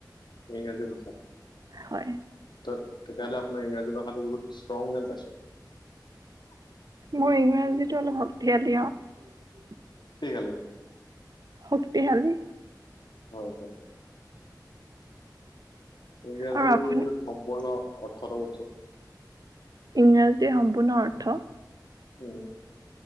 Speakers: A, on the left; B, on the right.
A: ইংৰাজী ভাষাত? ত,
B: হয়
A: তেতিয়াহলে আপোনাৰ ইংৰাজী <unintelligible> বহুত ষ্ট্ৰং যেন পাইছোঁ।
B: মোৰ ইংৰাজীটো অলপ শক্তিশালী, অ'।
A: শক্তিশালী?
B: শক্তিশালী।
A: হয়, হয়। ইংৰাজীৰ
B: আৰু আপুনি
A: সম্পূৰ্ণ অৰ্থটো কওকচোন।
B: ইংৰাজীৰ সম্পূৰ্ণ অৰ্থ?
A: উম।